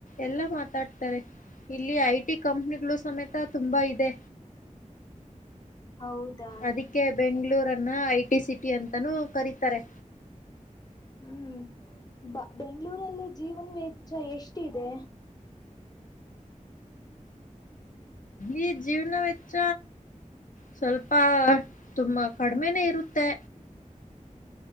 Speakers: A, on the left; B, on the left.
A: ಎಲ್ಲಾ ಮಾತಾಡ್ತಾರೆ ಇಲ್ಲಿ ಐ ಟಿ ಕಂಪನಿಗಳು ಸಮೇತ ತುಂಬಾ ಇದೆ
B: ಹೌದಾ
A: ಅದಕ್ಕೆ ಬೆಂಗಳೂರನ್ನ ಐ ಟಿ ಸಿಟ ಅಂತಾನೂ ಕರೀತಾರೆ
B: ಹ್ಮ್ ಬ ಬೆಂಗ್ಗಳೂರಲ್ಲಿ ಜೀವನ ವೆಚ್ಚ ಎಷ್ಟಿದೆ
A: ಈ ಜೀವನ ವಚ್ಚ ಸ್ವಲ್ಪ ತುಂಬಾ ಕಡಿಮೆನೇ ಇರುತ್ತೆ